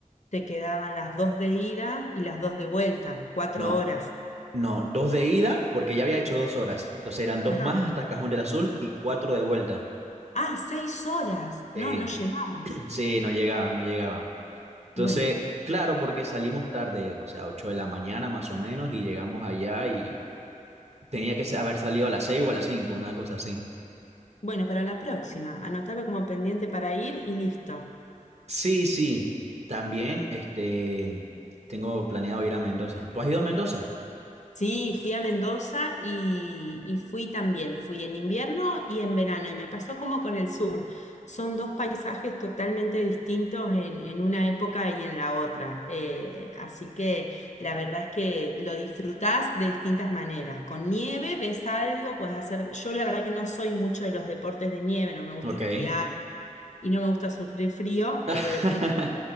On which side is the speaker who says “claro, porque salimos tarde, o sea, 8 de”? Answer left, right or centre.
Right